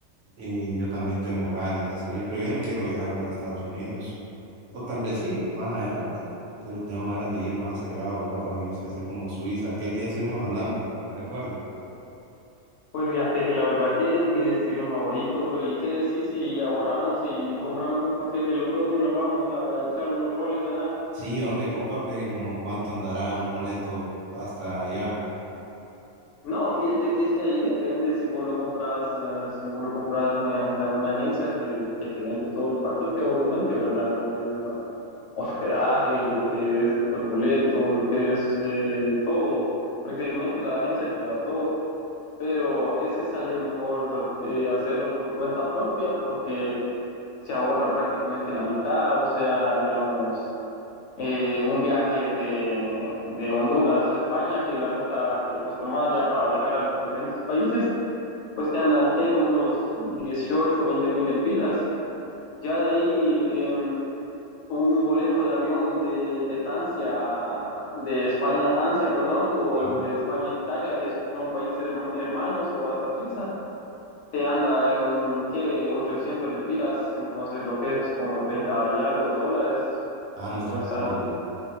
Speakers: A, on the right; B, on the left.
A: Y yo también tengo ganas de salir, pero yo no quiero viajar a los Estados Unidos. O tal vez sí, más adelante. Pero tengo ganas de ir más allá a Europa, fíjese, así como Suiza. Aquel día estuvimos hablando, ¿de acuerdo?
B: Pues fíjate que la verdad que es mi destino favorito, pero ¿y qué decís si ahorramos y compramos un paquete los dos y nos vamos a echar unos roles allá?
A: Sí, hombre, compa, pero ¿y como cuánto andará un boleto hasta allá?
B: No, fíjate que es que ahí depende si vos lo compras, eh, si vos lo compras mediante alguna agencia que, que te vende todo el paquete, obviamente, ¿verdad? Lo que es hospedaje, lo que es el boleto, lo que es eh, todo. Prácticamente la agencia te lo da todo. pero a veces sale mejor eh, hacerlo por cuenta propia porque se ahorra prácticamente la mitad, o sea, digamos, eh, un viaje de, de Honduras a España, que es la ruta que vos tomás ya para viajar a los diferentes países, pues te andan, ¿qué? Unos 18, veinte mil empiras. Ya de ahí, em, un boleto de avión de, de Francia, de España a Francia, perdón, o
A: Ah,
B: de España a Italia, que son países herma- hermanos, o hasta Suiza te anda en que 800 lempiras, entonces lo que es como 30 y algo dólares.
A: Ah,
B: Entonces
A: no es tan caro,
B: ahí,
A: ¿no?